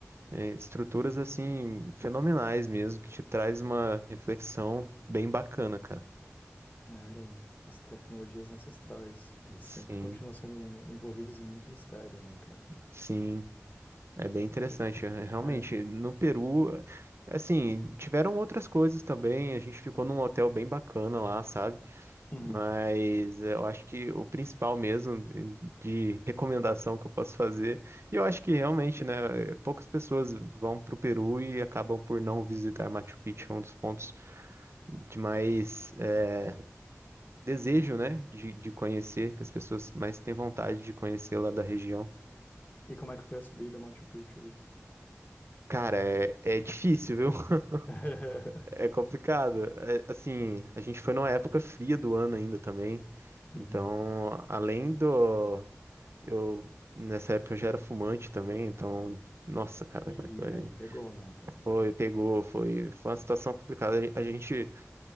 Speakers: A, on the right; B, on the left.
A: é, estruturas assim fenomenais mesmo, que te traz uma reflexão bem bacana, cara.
B: eram as tecnologias ancestrais. Eles
A: Sim,
B: sempre continuam sendo um- envolvidos em muito mistério, né, cara?
A: sim, é bem interessante.
B: Interessante.
A: é, Realmente,
B: É.
A: no Peru, assim, tiveram outras coisas também. A gente ficou num hotel bem bacana lá, sabe?
B: Uhum.
A: Mas eu acho que o principal mesmo de recomendação que eu posso fazer, e eu acho que realmente, né, poucas pessoas vão pro Peru e acabam por não visitar Machu Picchu, é um dos pontos de mais é, desejo, né, de, de conhecer, que as pessoas mais têm vontade de conhecer lá da região.
B: E como é que foi a subida a Machu Picchu, Vitor?
A: Cara, é, é difícil, viu? <laughs>
B: <laughs>
A: É complicado. É, assim, a gente foi numa época fria do ano ainda também.
B: Uhum.
A: Então, além do. Eu, nessa época eu já era fumante também, então. Nossa, cara,
B: E
A: foi,
B: aí pegou, né, cara?
A: foi, pegou, foi, foi uma situação complicada. A gente